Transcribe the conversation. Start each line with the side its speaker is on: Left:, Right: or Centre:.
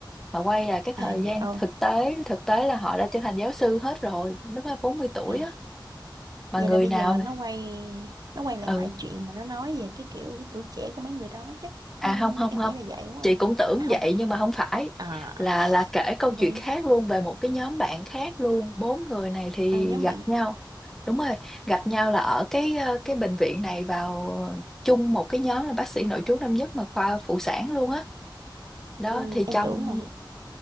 Centre: mà quay lại cái thời
Right: ai nhà
Centre: gian
Right: ô
Centre: thực tế thực tế là họ đã trở thành giáo sư hết rồi lúc đó 40 tuổi
Right: à,
Centre: á mà
Right: vậy
Centre: người
Right: là bây
Centre: nào
Right: giờ nó quay nó quay lại
Centre: ừ,
Right: mọi chuyện mà nó nói về cái kiểu tuổi trẻ của mấy người đó chắc
Centre: À
Right: ừ,
Centre: không không
Right: em
Centre: không
Right: nghĩ là vậy quá
Centre: chị cũng tưởng
Right: à, À không
Centre: vậy nhưng mà không phải
Right: à
Centre: là là kể câu
Right: không
Centre: chuyện
Right: phải
Centre: khác luôn về một cái nhóm bạn khác luôn bốn người này thì
Right: à, nhóm
Centre: gặp
Right: bạn
Centre: nhau đúng rồi gặp nhau là ở cái ờ, cái bệnh viện này vào ờ, chung một cái nhóm là bác sĩ nội trú năm nhất mà khoa phụ sản luôn á đó.
Right: ừ,
Centre: thì
Right: em
Centre: trong
Right: tưởng nè